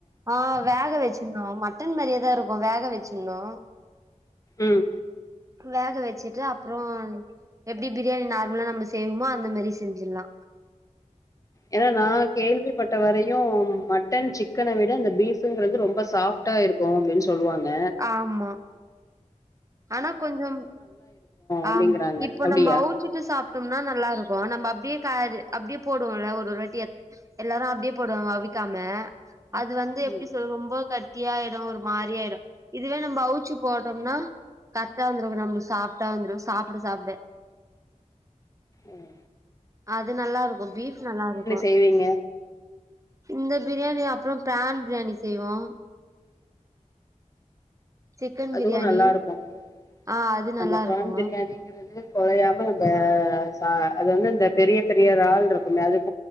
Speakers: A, on the right (about 25°); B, on the left (about 25°).
A: ஆ வேக வச்சுணு மட்டன் மாரியேதா இருக்கு வேக வெச்சிட்னு
B: உம்
A: வேக வச்சுட்டு அப்புறோ எப்டி பிரியாணி நார்மலா நம்ம செய்வோமோ அந்த மாரி செஞ்சிர்ல்லா
B: ஏன்னா நான் கேள்விப்பட்ட வரையு மட்டன் சிக்கன விட அந்த பீஃப்ங்கிறது ரொம்ப சாப்ட்டா இருக்கும் அப்டின்னு சொ ல்லுவாங்க
A: ஆமா ஆனா கொஞ்சு ஆம்
B: அப்டிங்கிறாங்க
A: இப்போ
B: அப்டியா
A: நம்ம அவுச்சிட்டு சாப்பிட்டோம்னா நல்லா இருக்கு நம்ம அப்டியே காரு அப்டியே போடுவோம்ல ஒரு ஒரு வாட்டி எல்லாரு அப்படியே போடுவாங்க அவிக்காம அது வந்து எப்டி
B: ம்
A: சொல்வோ ரொம்போ கஸ் ட்டியாயிடும் ஒரு மாரியாயிடும் இதுவே நம்ம அவுச்சி போட்டோம்னா கத்தா வந்துருக்கு நம்மளுக்கு சாப்பிட்டா வந்துருக்கு சாப்பிட சாப்பிட
B: உம்
A: அ அது நல்லா இருக்கு பீப் நல்லா இருக்கும்
B: செய்வீங்க
A: இந்த பிரியாணி அப்புறோ பிரான் பிரியாணி செய்வோ சிக்கன்
B: அதுவு
A: பிரியாணி
B: நல்லா இருக்குஅந்த
A: ஆ அது நல்லா
B: பிரான்
A: இருக்கு
B: பிரியாணிங்கிறது கொலையாம நம்ம ச அது வந்து இந்த பெரிய பெரிய இரால் இருக்குமே அதுக்கு